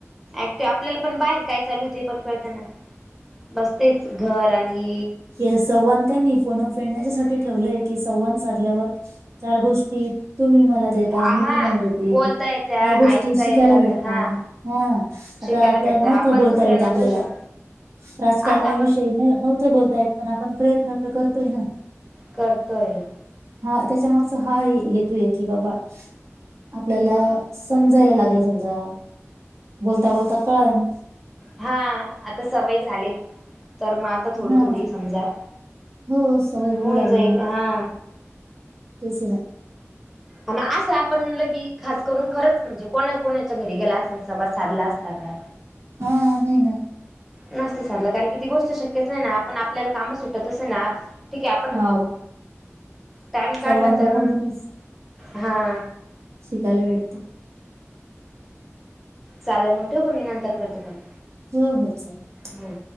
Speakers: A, in the centre; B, on the right.
A: ऍक्टिव आपल्याला पण बाहेर काय चालू ते पण कळतं ना. बसतेच घर आणि
B: ते संवाद त्यांनी फोन फ्रेंड याच्यासाठी ठेवलंय की, संवाद साधल्यावर चार गोष्टी तुम्ही मला देता
A: हा
B: मी तुम्हाला देेते.
A: बोलता
B: चार
A: येत्या
B: गोष्टी
A: ऐकता
B: शिकायला
A: येतात
B: भेटतात.
A: हा
B: हा आता
A: शिकायला
B: आपल्याला
A: भेटत
B: नव्हतं
A: आपण
B: बोलता
A: दुसऱ्यांना
B: येत आपल्याला,
A: देऊ शकतो.
B: राजकारणाविषयी
A: असं आपण
B: न नव्हतं बोलता येत. पण आपण प्रयत्न तर करतोय ना.
A: करतोय.
B: हा त्याच्या मागचा हा हेतू आहे की, बाबा आपल्याला समजायला लागलं समजा. बोलता बोलता कळन
A: हा आता सवय झाली. तर मग आत आता थोडी
B: हा
A: थोडी समजा.
B: हो सवय होऊ
A: होऊन
B: लागली
A: जाईल
B: ना
A: हा.
B: तेच ना.
A: आणि असं आपण लगी खास करून, खरंच म्हणजे कोणा कोणाच्या घरी गेला अस संवाद साधला असता का?
B: हा नाही ना.
A: नसते साधलं. कारण कि ती गोष्ट शक्यच नाही ना. आपण आपल्याला काम सुटतच नाही ना. ठीक आहे. आपण म्हणतो
B: हा
A: टाइम काढला
B: संवादामधूनच
A: तर हा.
B: शिकायला भेटतं.
A: चालेल मग ठेवू का? मी नंतर करते परत.
B: ह ह चालेल.
A: हो.